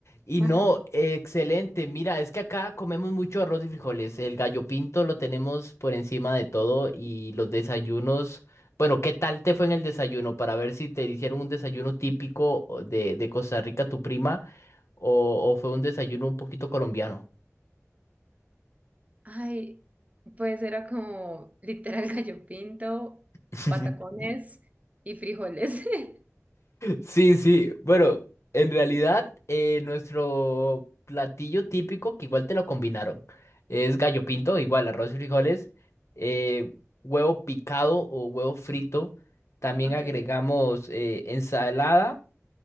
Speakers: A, on the left (about 60°); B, on the right (about 30°).
A: Y
B: Ajá.
A: no, eh, excelente, mira, es que acá comemos mucho arroz y frijoles, el gallo pinto lo tenemos por encima de todo y los desayunos, bueno, ¿qué tal te fue en el desayuno? Para ver si te hicieron un desayuno típico o de, de Costa Rica, tu prima, o, o fue un desayuno un poquito colombiano.
B: Ay, pues era como literal gallo pinto,
A: <laughs>
B: patacones y frijoles. <laughs>
A: Sí, sí. Bueno, en realidad, eh, nuestro platillo típico, que igual te lo combinaron, es gallo pinto, igual arroz y frijoles, eh, huevo picado o huevo frito. También
B: Ok.
A: agregamos eh, ensalada.